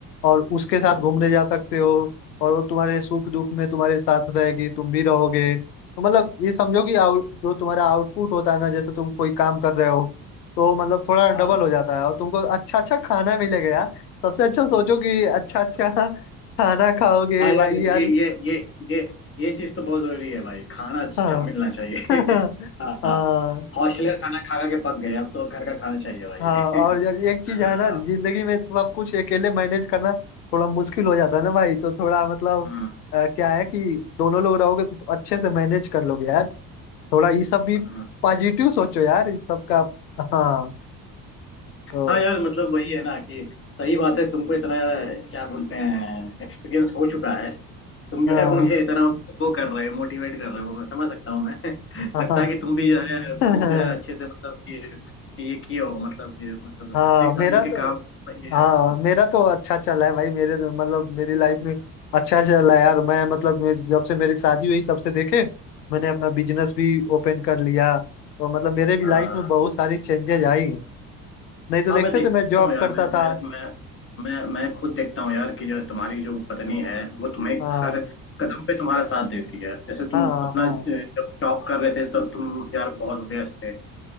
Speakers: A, on the left; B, on the left.
A: और उसके साथ घूमने जा सकते हो और वो तुम्हारे सुख दुख में तुम्हारे साथ रहेगी तुम भी रहोगे तो मतलब ये समझो कि आउट जो तुम्हारा आउटपुट होता है ना जैसे तुम कोई काम कर रहे हो तो मतलब थोड़ा डबल
B: हाँ
A: हो जाता है और तुमको अच्छा अच्छा खाना मिलेगा यार सबसे अच्छा सोचो कि अच्छा अच्छा <laughs> खाना खाओगे
B: हाँ यार
A: भाई
B: ये
A: यार
B: ये ये ये ये चीज तो बहुत जरूरी है भाई खाना अच्छा
A: हाँ
B: मिलना चाहिए
A: <laughs>
B: <laughs> हाँ
A: हाँ
B: हॉस्टल का खाना खा खा के पक गए अब तो घर का खाना चाहिए भाई
A: हाँ और यार एक चीज
B: <laughs> हाँ
A: है ना जिंदगी में तो सब कुछ अकेले मैनेज करना थोड़ा मुश्किल हो जाता है ना भाई तो थोड़ा मतलब
B: हाँ,
A: अ, क्या है कि दोनों लोग रहोगे तो अच्छे से मैनेज कर लोगे यार थोड़ा ये सब भी
B: हाँ,
A: पॉजिटिव सोचो यार इस सब का हाँ तो
B: हाँ यार मतलब वही है ना कि सही बात है तुमको इतना क्या बोलते हैं एक्सपीरियंस हो चुका है तुम
A: हाँ
B: जो है मुझे इतना वो कर रहे हो मोटिवेट कर रहे हो मैं समझ सकता हूँ मैं <laughs>
A: हाँ
B: लगता है कि तुम भी जो है
A: <laughs>
B: खूब जो है अच्छे से मतलब कि ये किए हो मतलब ये मतलब
A: हाँ
B: एक साथ
A: मेरा
B: मिलके
A: तो
B: काम ये
A: हाँ
B: हाँ
A: मेरा तो अच्छा चला है भाई मेरे तो- मतलब मेरी लाइफ में अच्छा चला है यार मैं मतलब मैं- जब से मेरी शादी हुई तब से देखे मैंने अपना बिजनेस भी ओपन कर लिया तो मतलब मेरे भी
B: हाँ
A: लाइफ में बहुत सारी चेंजेस आई हैं नहीं तो
B: हाँ,
A: देखते
B: मैं देखता
A: तो मैं जॉब
B: हूँ यार
A: करता
B: मैं
A: था
B: मैं मैं मैं मैं खुद देखता हूँ यार कि जो तुम्हारी जो पत्नी है वो तुम्हें
A: हाँ
B: हर कदम पे तुम्हारा साथ देती है जैसे तुम
A: हाँ
B: अपना
A: हाँ
B: अ, जब जॉब कर रहे थे तब तुम यार बहुत व्यस्त थे